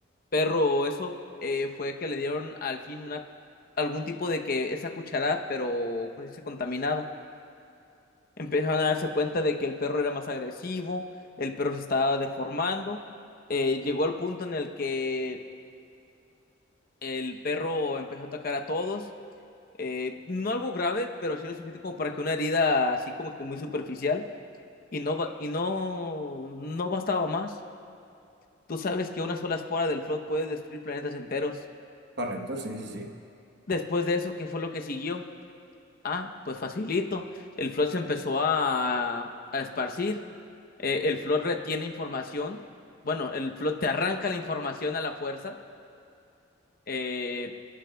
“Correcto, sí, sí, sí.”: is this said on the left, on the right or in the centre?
Right